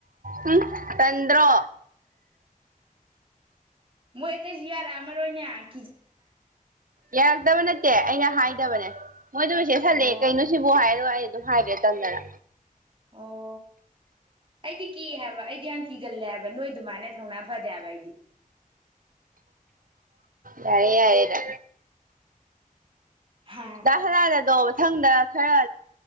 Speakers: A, on the right; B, on the right.
A: ꯎꯝ ꯇꯗ꯭ꯔꯣ
B: ꯃꯣꯏ ꯔ ꯑꯃꯔ ꯑꯣꯏꯅꯦꯁꯦ
A: ꯌꯥꯔꯛꯇꯕ ꯅꯠꯇꯦ ꯑꯩꯅ ꯍ ꯍꯥꯏꯗꯕꯥꯗꯦ ꯃꯣꯏꯗꯨꯝ ꯁꯦꯠꯜꯂꯛꯑꯦꯩꯅꯣꯕꯨ
B: ꯑꯣ
A: ꯍꯥꯏꯔꯦ ꯑ ꯑꯩ ꯑꯗꯨꯝ ꯍꯥꯏꯕꯤꯦ ꯇꯝꯗꯅ
B: ꯑꯧ꯫ ꯑꯩꯗꯤ ꯀꯤ ꯍꯥꯏꯕ ꯑꯩꯗꯤ ꯌꯥꯝ ꯀꯤꯒꯜꯂꯦ ꯍꯥꯏꯕ ꯅꯣꯏꯗꯨꯃꯥꯏꯅ ꯊꯧꯅꯥ ꯐꯗꯦ ꯍꯥꯏꯕ ꯑꯩꯗꯤ꯫
A: ꯌꯥꯔꯦ ꯌꯥꯔꯦꯗ
B: ꯍꯣꯏ
A: ꯗꯥ ꯁꯅꯥꯗ ꯇꯧꯌꯦ ꯃꯊꯪꯗ ꯈꯔ